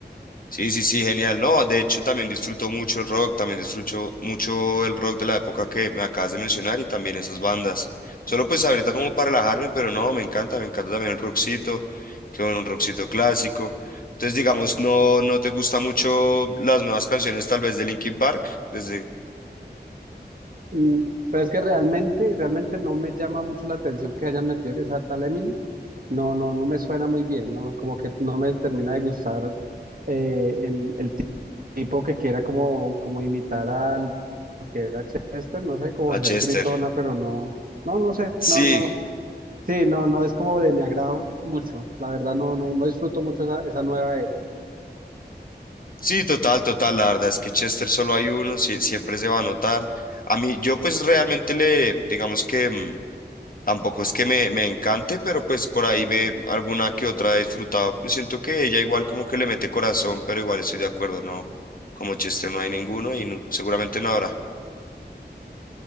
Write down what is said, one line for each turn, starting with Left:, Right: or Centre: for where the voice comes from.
Left: Sí, sí, sí, genial. No, de hecho también disfruto mucho el rock, también disfruto mucho el rock de la época que me acabas de mencionar y también esas bandas. Solo pues ahorita como para relajarme, pero no, me encanta, me encanta también el rockcito, que bueno, un rockcito clásico. Entonces, digamos, no, no te gusta mucho las nuevas canciones tal vez de Linkin Park, desde
Right: Y, pero es que realmente, realmente no me llama mucho la atención que hayan metido esa tal Emily. No, no, no me suena muy bien, no, como que no me termina de gustar eh, el, el tipo que quiera como, como imitar a lo que era Chester, no sé, como
Left: a
Right: ser
Left: Chester.
Right: gritona, pero no, no, no sé,
Left: Sí,
Right: no, no, sí, no, no es como de mi agrado mucho, la verdad no, no, no disfruto mucho esa, esa nueva era.
Left: sí, total, total, la verdad es que Chester solo hay uno, sí- siempre se va a notar. A mí, yo pues realmente le, digamos que... mm, Tampoco es que me, me encante, pero pues por ahí ve alguna que otra he disfrutado. Pues siento que ella igual como que le mete corazón, pero igual estoy de acuerdo, no. Como chiste no hay ninguno y no, seguramente no habrá.